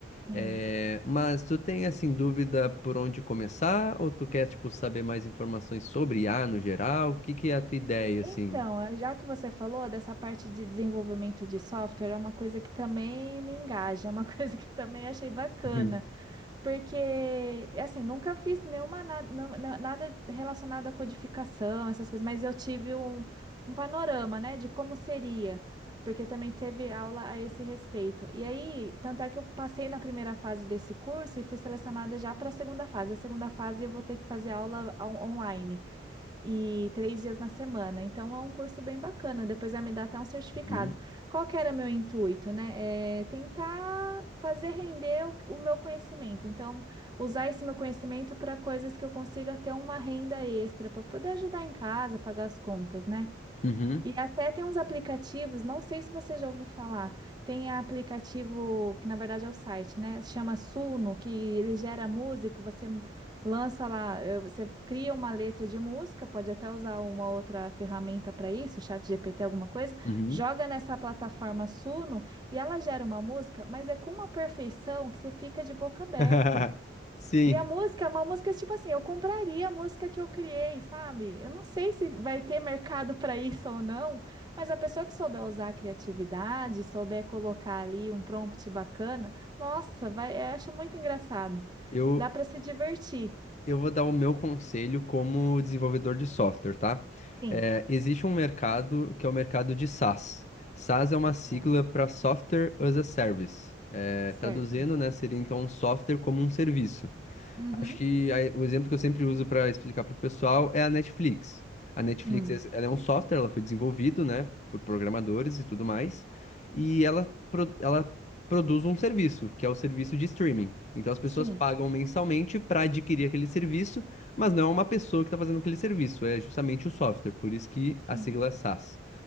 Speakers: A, on the right; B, on the left.
A: sim.
B: É, mas tu tem assim dúvida por onde começar ou tu quer tipo saber mais informações sobre I a no geral? O que que é a tua ideia
A: Então,
B: assim?
A: eh, já que você falou dessa parte de desenvolvimento de software, é uma coisa que também me engaja, é uma <laughs> coisa que eu também achei bacana.
B: Uhum,
A: Porque, assim, nunca fiz nenhuma na- na- na- nada relacionado à codificação, essas coisas, mas eu tive um, um panorama, né, de como seria, porque também teve aula a esse respeito. E aí, tanto é que eu passei na primeira fase desse curso e fui selecionada já para a segunda fase. A segunda fase eu vou ter que fazer aula on- online e três dias na semana. Então é um curso bem bacana. Depois vai me dar até um certificado.
B: uhum,
A: Qual que era meu intuito, né? É tentar fazer render o, o meu conhecimento. Então, usar esse meu conhecimento para coisas que eu consiga ter uma renda extra para poder ajudar em casa, pagar as contas, né?
B: uhum,
A: E até tem uns aplicativos, não sei se você já ouviu falar, tem aplicativo, que na verdade é o site, né? Chama Suno, que ele gera música, você m- lança lá, eh, você cria uma letra de música, pode até usar uma outra ferramenta para isso, chat GPT, alguma coisa,
B: uhum.
A: joga nessa plataforma Suno e ela gera uma música, mas é com uma perfeição que você fica de boca aberta.
B: <laughs> Sim,
A: E a música é uma música tipo assim, eu compraria a música que eu criei, sabe? Eu não sei se vai ter mercado para isso ou não, mas a pessoa que souber usar a criatividade, souber colocar ali um prompt bacana, nossa, vai, eu acho muito engraçado.
B: eu
A: Dá para se divertir.
B: eu vou dar o meu conselho como desenvolvedor de software, tá?
A: Sim,
B: É, existe um mercado que é o mercado de SaaS. SaaS é uma sigla
A: é,
B: para Software as a Service. É,
A: certo.
B: traduzindo, né, seria então um software como um serviço.
A: Uhum.
B: Acho que a- o exemplo que eu sempre uso para explicar para o pessoal é a Netflix. A Netflix,
A: Hum.
B: es- ela é um software, ela foi desenvolvido, né, por programadores e tudo mais, e ela, pro- ela produz um serviço, que é o serviço de streaming. Então as pessoas
A: Sim,
B: pagam mensalmente para adquirir aquele serviço, mas não é uma pessoa que está fazendo aquele serviço, é justamente o software, por isso que
A: sim,
B: a sigla é SaaS.